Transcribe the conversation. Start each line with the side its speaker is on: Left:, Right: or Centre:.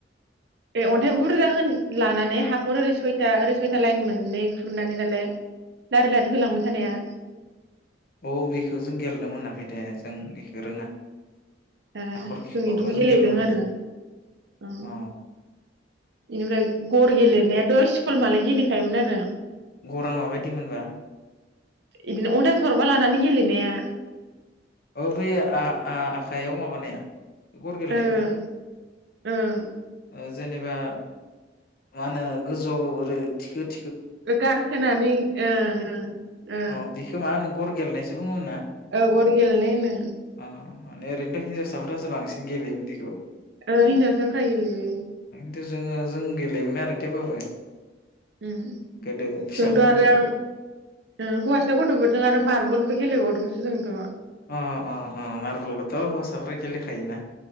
Right: ए अन्थाइ बुरजा होन लानानै हाखर ओरै सयथा ओरै सयथा लाइन मोननै खुरनानै नालाय लारि लारि होलांबाय थानाया
Left: औ बेखौ जों गेलेनो मोनाखै दे जों बेखौ रोङा
Right: ए
Left: हाखर खिखरखौ
Right: जों बिदिबो गेलेदों
Left: गेलेनो मोनदिया
Right: आरो अ
Left: अ
Right: बेनिफ्राय गर गेलेनायाथ' स्कुल मालाय गेलेखायोमोन आरो
Left: गरा माबायदि मोनबा
Right: बिदिनो अन्थाइ थरबा लानानै गेलेनाया
Left: औ बै आ-आ-आखायाव माबानाया गर गेलेनाय
Right: ओं
Left: बुङो
Right: ओं
Left: ओ जेनेबा मा होनो गोजौ ओरै थिकेट
Right: गारहोनानै ओ ओ
Left: अ बेखौ मा होनो गर गेलेनायसो बुङो ना
Right: ओ गर गेलनाय होनो
Left: अ माने ओरैनोथ' हिन्जावसाफोरासो बांसिन गेलेयोमोन बिदिखौ
Right: ओं हिनजावफोरा गेलेयो
Left: खिन्थु जोङो जोंङो जों गेलेयोमोन आरो थेवबाबो
Right: उम
Left: गोदो फिसा
Right: जोंथ'
Left: खमायाव
Right: आरो
Left: गेलेयोमोन
Right: उम हौवासा गथ'फोरजों आरो मारबल फुटबलबो गेलेबावदोंसो जोंथ'
Left: अ अ अ मार्बलखौथ' हौवासाफ्रा गेलेखायोना